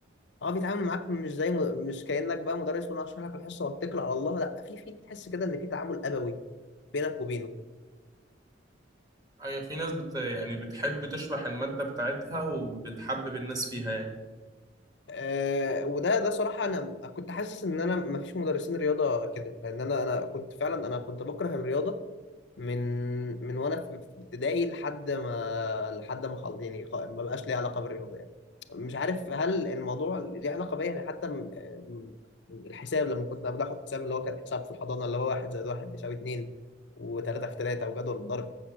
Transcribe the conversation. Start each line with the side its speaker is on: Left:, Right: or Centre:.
Left: اه بيتعامل معاك مش زي م... مش كأنك بقى مدرس وانا هشرح لك الحصه واتكل على الله لا في في تحس كده ان في تعامل ابوي بينك وبينه
Right: أي في ناس بت يعني بتحب تشرح المادة بتاعتها وبتحبب الناس فيها يعني
Left: آه وده ده صراحه انا م- كنت حاسس ان انا ما فيش مدرسين رياضه كده لان انا انا كنت فعلا انا كنت بكره الرياضه من من وانا في في ابتدائي لحد ما لحد ما خل... يعني خ- ما بقاش ليه علاقه بالرياضه يعني مش عارف هل الموضوع ليه علاقه بيا يعني حتى م- م- الحساب لما كنت قبل احط حساب اللي هو كان حساب في الحضانه اللي هو واحد زائد واحد بيساوي اتنين وتلاته في تلاته وجدول الضرب